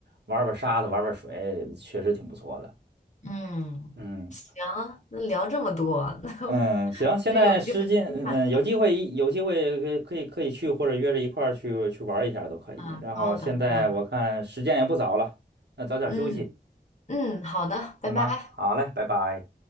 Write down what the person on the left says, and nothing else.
嗯，
行，那聊这么多，<laughs> 那我
就有机会去看看。
啊，
包的，包的。
嗯嗯，好的，拜拜。